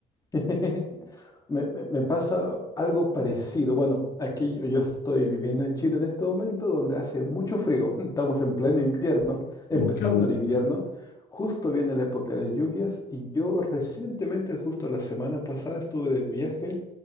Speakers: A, on the left (about 20°); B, on the left (about 80°).
A: <laughs> Me, me- me pasa algo parecido. Bueno, aquí yo, yo estoy viviendo en Chile en este momento donde hace mucho frío. <laughs> Estamos en pleno invierno, empezando
B: Oh, qué gusto.
A: el invierno. Justo viene la época de lluvias y yo recientemente, justo la semana pasada, estuve de viaje